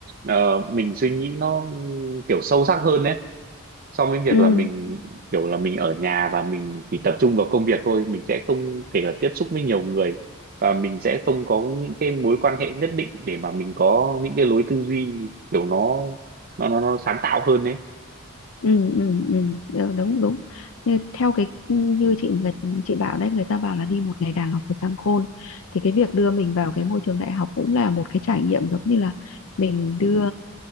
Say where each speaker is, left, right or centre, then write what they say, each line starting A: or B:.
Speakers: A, on the right; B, on the left.
A: ờ, mình suy nghĩ nó kiểu sâu sắc hơn đấy xong cái việc
B: ừ.
A: là mình kiểu là mình ở nhà và mình chỉ tập trung vào công việc thôi mình sẽ không thể là tiếp xúc với nhiều người và mình sẽ không có những cái mối quan hệ nhất định để mà mình có những cái lối tư duy kiểu nó nó nó, nó sáng tạo hơn đấy
B: ừ ừ ừ Ờ, đúng đúng như theo cái ừ, như chị người chị bảo đấy người ta bảo là đi một ngày đàng học một sàng khôn thì cái việc đưa mình vào cái môi trường đại học cũng là một cái trải nghiệm giống như là mình đưa